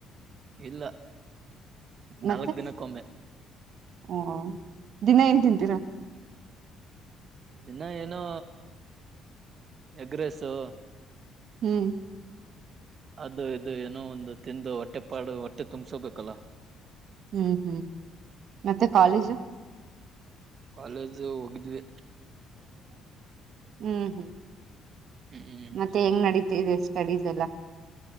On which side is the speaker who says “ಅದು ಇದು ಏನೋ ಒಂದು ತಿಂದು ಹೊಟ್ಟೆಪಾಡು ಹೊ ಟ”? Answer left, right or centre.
Right